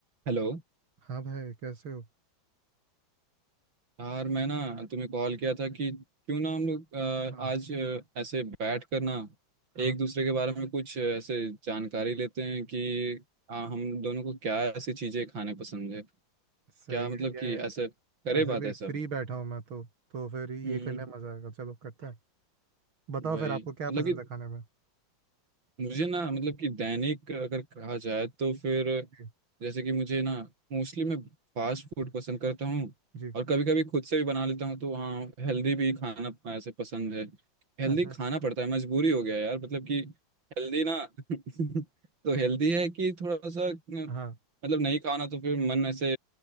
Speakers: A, on the right; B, on the right.
A: हेलो
B: हाँ भाई कैसे हो
A: यार मैं ना तुम्हें कॉल किया था कि क्यों ना हम लोग अ,
B: हाँ
A: आज अ, ऐसे बैठ कर ना
B: हाँ
A: एक दूसरे के बारे में कुछ अ, ऐसे जानकारी लेते हैं कि अ, हम दोनों को क्या ऐसी चीजें खाने पसंद है
B: सही
A: क्या मतलब
B: आइडिया
A: कि
B: यार
A: ऐसे करे
B: वैसे
A: बात
B: भी
A: ऐसा
B: <laughs> फ्री बैठा हूँ मैं तो तो फिर ये
A: हम्म
B: करने में मजा आएगा चलो करते हैं बताओ
A: वही
B: फिर आपको
A: मतलब
B: क्या पसंद
A: कि
B: है खाने में
A: मुझे ना मतलब कि दैनिक अगर कहा जाए तो फिर
B: जी
A: जैसे कि मुझे ना मोस्टली मैं फास्ट फूड पसंद करता हूँ
B: जी
A: और कभी कभी खुद से भी बना लेता हूँ तो हाँ हेल्दी भी खाना अपना ऐसे पसंद है हेल्दी
B: अच्छा
A: खाना पड़ता है मजबूरी हो गया यार मतलब कि हेल्दी ना <laughs> तो हेल्दी है कि थोड़ा सा न,
B: <laughs> हाँ
A: मतलब नहीं खाओ ना तो फिर मन ऐसे